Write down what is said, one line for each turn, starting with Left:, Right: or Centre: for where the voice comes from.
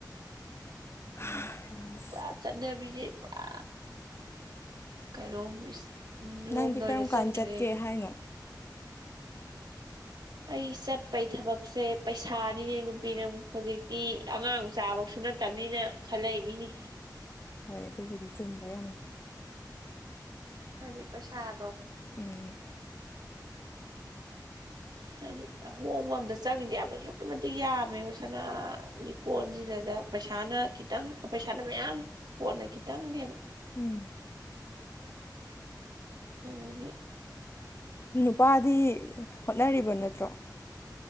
Left: ꯍꯥ
Right: ꯄꯨꯔꯥ ꯆꯠꯅꯕꯤꯁꯦ ꯄꯨꯔꯥ ꯀꯩꯅꯣꯝꯃ ꯎ
Left: ꯅꯪꯗꯤ
Right: ꯂꯣꯝꯗ ꯑꯣꯏꯅ
Left: ꯀꯔꯝ ꯀꯥꯟ
Right: ꯆꯠꯈꯔꯦ
Left: ꯆꯠꯀꯦ ꯍꯥꯏꯅꯣ
Right: ꯑꯩ ꯆꯠꯄꯩ ꯊꯕꯛꯁꯦ ꯄꯩꯁꯥꯅꯤꯅꯦ ꯅꯨꯄꯤ ꯅꯪꯕꯨ ꯍꯧꯖꯤꯛꯇꯤ ꯑꯉꯥꯡ ꯃꯆꯥ ꯃꯛꯁꯨ ꯅꯠ ꯐꯦꯝꯂꯤꯅ ꯈꯜꯂꯛꯏ ꯃꯤꯅꯤ
Left: ꯍꯣꯢ ꯑꯗꯨꯕꯨꯗꯤ ꯆꯨꯝꯕ ꯌꯥꯝꯅ
Right: ꯑꯩ ꯄꯩꯁꯥꯗꯣ
Left: ꯎꯝ
Right: ꯍꯥꯢꯗꯤ ꯑꯍꯣꯡꯕ ꯑꯝꯗ ꯆꯪꯉꯤꯖꯦ ꯌꯥꯝꯅꯁꯨ ꯑꯗꯨꯛꯀꯤ ꯃꯇꯤꯛ ꯌꯥꯝꯃꯦꯕ ꯁꯅꯥ ꯂꯤꯀꯣꯟꯁꯤꯗ ꯄꯩꯁꯥꯅ ꯈꯤꯇꯪ ꯄꯩꯁꯥꯅ ꯃꯌꯥꯝ ꯄꯣꯠꯅ ꯈꯤꯇꯪꯅꯦꯕ
Left: ꯎꯝ
Right: <inaudible>
Left: ꯅꯨꯄꯥꯗꯤ ꯍꯣꯠꯅꯔꯤꯕ ꯅꯠꯇ꯭ꯔꯣ